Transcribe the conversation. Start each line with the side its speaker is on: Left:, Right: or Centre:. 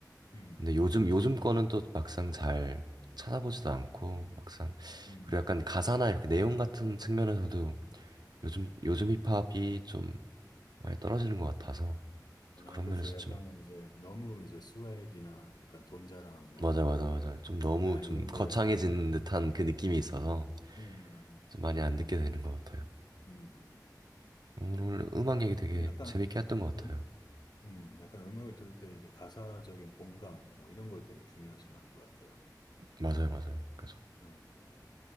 Left: 음,
Right: 근데 요즘, 요즘 거는 또 막상 잘 찾아보지도 않고, 막상,
Left: 음.
Right: 그리고 약간 가사나 이렇게 내용 같은 측면에서도 요즘, 요즘 힙합이 좀 많이 떨어지는 것 같아서,
Left: 아,
Right: 그런
Left: 그렇죠.
Right: 면에서
Left: 약간
Right: 좀,
Left: 이제 너무 이제 스웩이나 약간 돈 자랑 뭐,
Right: 맞아, 맞아, 맞아. 좀 너무
Left: 아,
Right: 좀
Left: 이런
Right: 거창해진
Left: 거에,
Right: 듯한
Left: 음,
Right: 그 느낌이 있어서
Left: 음, 음.
Right: 좀 많이
Left: 음.
Right: 안 듣게 되는 것 같아요.
Left: 음,
Right: 음, 오늘 음악
Left: 그렇군요.
Right: 얘기 되게
Left: 약간,
Right: 재밌게 했던 것
Left: 음,
Right: 같아요.
Left: 음, 약간 음악을 들을 때 이제 가사적인 공감, 뭐 이런 걸 되게 중요하시는 것 같아요.
Right: 맞아요, 맞아요. 그래서
Left: 음, 어,